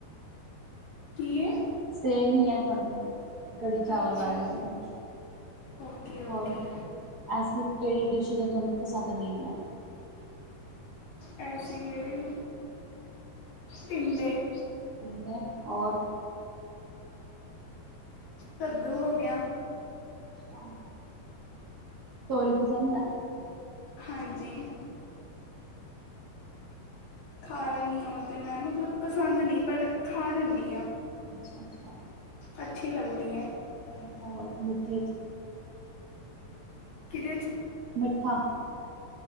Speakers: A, on the left; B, on the right.
A: ਕੀਏ?
B: ਸੇਮ ਈ‌ ਐ ਤੁਆਡੇ ਕੜੀ ਚਾਵਲ
A: ਅੱਛਾ
B: ਰਾਜਮਾ ਚਾਵਲ,
A: ਓਕੇ ਓਕੇ
B: ਹੋਰ? ਐਸੀ ਕੇੜੀ ਡਿਸ਼ ਜੋ ਤਾਨੂੰ ਪਸੰਦ ਨਈ ਆਂ?
A: ਐਸੀ ਕੇੜੀ, ਟੀਂਡੇ।
B: <unintelligible> ਔਰ?
A: ਕੱਦੂ ਹੋ ਗੇਆ।
B: ਅੱਛਾ। ਤੋਰੀ ਪਸੰਦ ਆ?
A: ਹਾਂਜੀ। ਖਾ ਲੈਂਨੀ ਆ ਓ ਤੇ ਮੈਂ ਮਤਲਬ, ਪਸੰਦ ਨੀ ਪਰ ਖਾ ਲੈਂਨੀ ਆ।
B: ਅੱਛਾ-ਅੱਛਾ।
A: ਅੱਛੀ ਲੱਗਦੀ ਐ।
B: <unintelligible> ਔਰ ਮਿਠੇ ਚ
A: ਕੀਦੇ ਚ
B: ਮਿੱਠਾ।